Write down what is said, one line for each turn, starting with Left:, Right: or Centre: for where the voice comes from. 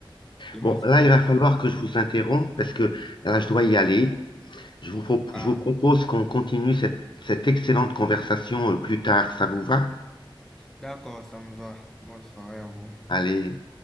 Centre: Je
Left: Bon,
Centre: me souviens.
Left: là, il va falloir que je vous interrompe parce que là, je dois y aller. Je vous, pro-
Centre: Ah,
Left: je vous propose qu'on continue cette, cette excellente conversation euh, plus tard. Ça vous va?
Centre: d'accord, ça me va. Bonne soirée à vous.
Left: Allez.